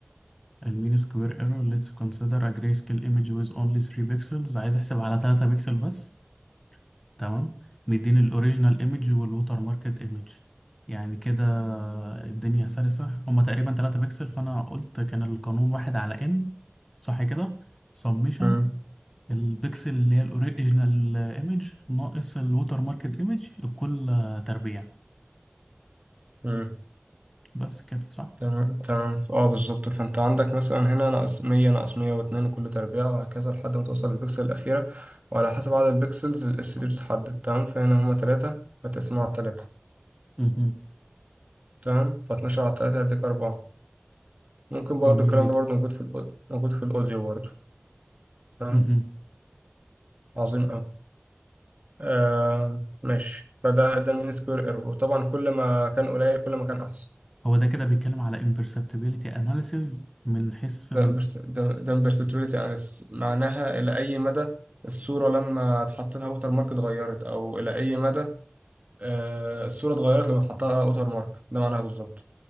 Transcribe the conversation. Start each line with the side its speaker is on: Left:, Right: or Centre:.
Centre: المين سكوير ايرور ليتس كونسيدر ا جراي سكيل ايمج ويز اونلي 3 بيكسلز عايز احسب على 3 بيكسل بس تمام مديني الاوريجينال ايمج والوتر ماركت ايمج يعني كده الدنيا سلسة هما تقريبا 3 بكسل فانا قلت كان القانون واحد على ان صح كده سبميشن
Right: مم.
Centre: البكسل اللي هي الاوريجينال ايمج ناقص الوتر ماركت ايمج الكل تربيع
Right: مم.
Centre: بس كده صح
Right: تمام تمام ف- اه بالظبط فأنت عندك مثلا هنا ناقص 100 ناقص 102 كل تربيع وهكذا لحد ما توصل للبكسل الأخيرة وعلى حسب عدد البكسلز الاس دي بتتحدد تمام فهنا هما تلاتة فتقسمه على تلاتة
Centre: مهم.
Right: تمام ف12 على تلاتة هيديك أربعة ممكن برضه
Centre: جميل
Right: الكلام
Centre: جدا
Right: ده برضه موجود في الأو- موجود في الأوديو برضه تمام
Centre: مهم.
Right: عظيم أوي آه ماشي فده ده المين سكوير ايرور وطبعا كل ما كان قليل كل ما كان احسن
Centre: هو ده كده بيتكلم على imperceptibility analysis من حيث
Right: ده امبرسبتوريتي اناليسيس معناها الى اي مدى الصوره لما اتحط لها ووتر مارك اتغيرت او الى اي مدى آه الصوره اتغيرت لما اتحط لها ووتر مارك ده معناها بالظبط